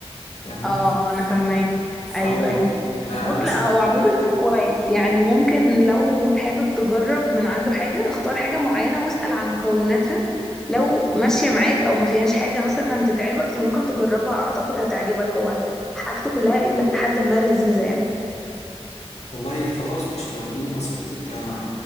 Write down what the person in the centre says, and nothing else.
اه
انا فاهماك
ايوه ايوه
بص
لا هو عموما كويس يعني ممكن لو حابب تجرب من عنده حاجة اختار حاجة معينة واسأل عن مكوناتها لو ماشية معاك او ما فيهاش حاجة مثلا تتعبك فممكن تجربها اعتقد هتعجبك هو حاجته كلها الى حد ما لذيذة يعني